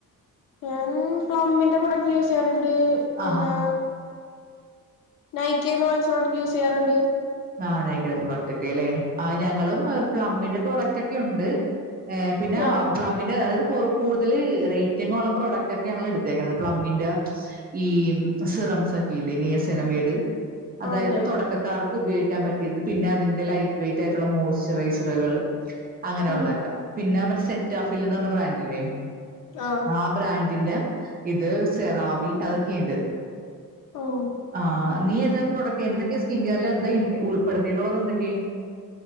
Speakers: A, on the left (about 65°); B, on the right (about 25°).
A: ഞാൻ പ്ലമ്മിന്റെ പ്രൊഡക്റ്റ് യൂസെയ്യാറുണ്ട്
B: ആഹാ
A: പിന്നെ നൈക്കന്ന് വാങ്ങാച്ച് യൂസെയ്യാറുണ്ട്
B: അ നയിക്കയുടെ പ്രെഡക്റ്റ്ക്കെ അല്ലേ ആ ഞങ്ങളും പ്ലംമ്മിന്റെ പ്രെഡക്റ്റൊക്കെ യുണ്ട് ഏഹ് പിന്നാ
A: ആഹ്
B: പ്ലമ്മിന്റെ അതായത് കൂടുതൽ റേറ്റിഗ് ഒള്ള പ്രൊഡക്റ്റക്കെ ഞങ്ങള് എടുത്തേക്കണത് പ്ലമ്മിന്റെ ഈ സിറംസൊക്കെയില്ലേ സിനമേട് അതായത്
A: ആഹ് അതെ ആഹ്
B: തുടക്കക്കാർക്ക് ഉപയോഗിക്കാൻ പറ്റിയത് പിന്നെ അതിന്റെ ലൈറ്റ് വെയിറ്റ് ആയിട്ടുള്ള മോയ്സ്ചറൈസറുകള് അങ്ങനെയ
A: ഉം
B: ഉള്ളതൊക്കെ പിന്നെ മറ്റ സെറ്റാഫിൽന്ന്റഞ്ഞ ബ്രാൻഡില്ലേ
A: ആഹ്
B: ആ ബ്രാൻഡിന്റെ ഇത് സെറാവി അതൊക്കെണ്ട്
A: ഓഹ്
B: ആഹ് നീഏത് പ്രോഡക്റ്റ് എന്തൊക്കെയാ സ്കിൻ കെയറിൽ എന്താ ഉൾപ്പെടുത്തിയിട്ടുള്ളത് എന്തൊക്കെയാ